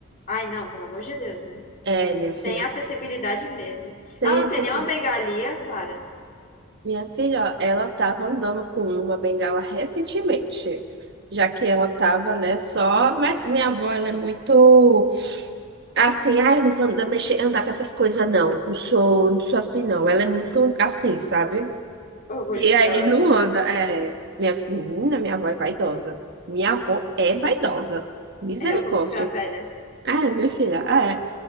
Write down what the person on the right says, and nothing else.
É, minha
filha,
sem
excessivo.
Minha filha, ó, ela estava andando com uma bengala recentemente já que ela estava né, só, mas minha avó, ela é muito Assim, ah, eu não vou andar, mexer, andar com essas coisas, não. Não sou, não sou assim, não. Ela é muito assim, sabe?
E aí não
anda. É, minha menina, minha avó é vaidosa. Minha avó é vaidosa. Misericórdia.
Ah, é, minha filha, ah, é.